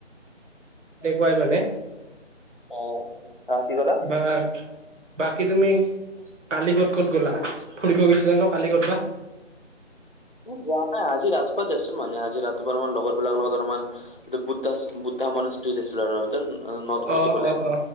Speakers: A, on the right; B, on the left.
A: সেনেকুৱাই মানে।
B: অ, হা কি কলা?
A: বাত, বাকী তুমি কালী ক'ত ক'ত গ'লা? ফুৰিব গৈছিলা ন কালী কৰবাত।
B: যাৱা নাই আজি ৰাতিপুৱা জাইছোঁ মানে আজি ৰাতিপুৱা <unintelligible> লগৰ বিলাকৰ লগত অলপমান সিটো বুদ্ধাচ বুদ্ধা মানুসটো <unintelligible> আৰু <unintelligible>
A: অ, অ,
B: বোলে
A: অ,